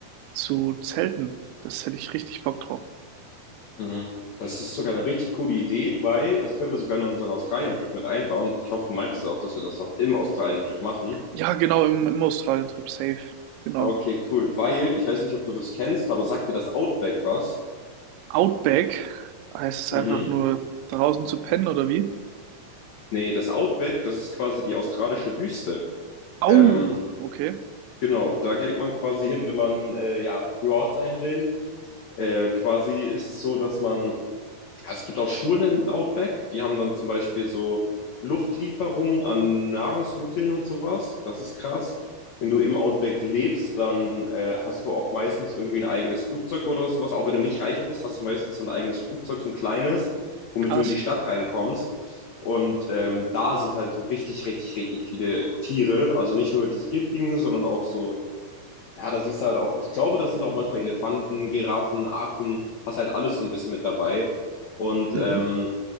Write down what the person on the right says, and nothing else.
zu zelten. Das hätte ich richtig Bock drauf.
Ja, genau, im, im Australien-Trip safe. Genau.
Outback heißt es
einfach nur draußen zu pennen oder wie?
Au,
okay,
krass.
Mhm.